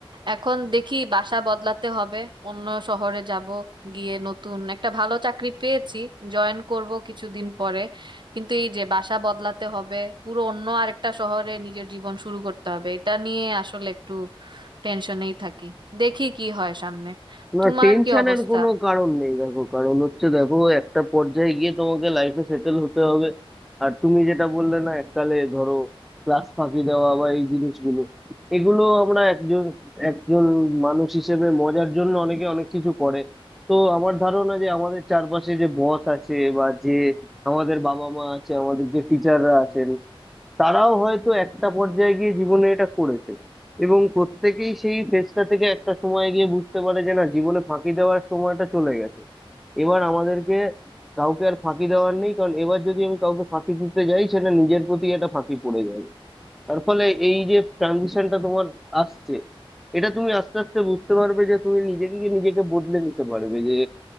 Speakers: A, on the right; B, in the centre.
A: এখন দেখি বাসা বদলাতে হবে অন্য শহরে যাব গিয়ে নতুন একটা ভালো চাকরি পেয়েছি জয়েন করব কিছুদিন পরে কিন্তু এই যে বাসা বদলাতে হবে পুরো অন্য আরেকটা শহরে নিজের জীবন শুরু করতে হবে এটা নিয়ে আসলে একটু টেনশনেই থাকি দেখি কি হয় সামনে
B: না
A: তোমার
B: টেনশনের
A: কি অবস্থা
B: কোনো কারণ নেই দেখো কারণ হচ্ছে দেখো একটা পর্যায়ে গিয়ে তোমাকে লাইফে সেটেল হতে হবে আর তুমি যেটা বললে না এককালে ধরো ক্লাস ফাঁকি দেওয়া বা এই জিনিসগুলো এগুলো আমরা একজন একজন মানুষ হিসেবে মজার জন্য অনেকে অনেক কিছু করে তো আমার ধারণা যে আমাদের চারপাশে যে বস আছে বা যে আমাদের বাবা মা আছে আমাদের যে টিচাররা আছেন তারাও হয়তো একটা পর্যায়ে গিয়ে জীবনে এটা করেছে এবং প্রত্যেকেই সেই ফেজটা থেকে একটা সময় গিয়ে বুঝতে পারে যে না জীবনে ফাঁকি দেওয়ার সময়টা চলে গেছে এবার আমাদেরকে কাউকে আর ফাঁকি দেওয়ার নেই কারণ এবার যদি আমি কাউকে ফাঁকি দিতে যাই সেটা নিজের প্রতি একটা ফাঁকি পড়ে যাবে তার ফলে এই যে ট্রানজিশনটা তোমার আসছে এটা তুমি আস্তে আস্তে বুঝতে পারবে যে তুমি নিজেকে গিয়ে নিজেকে বদলে নিতে পারবে যে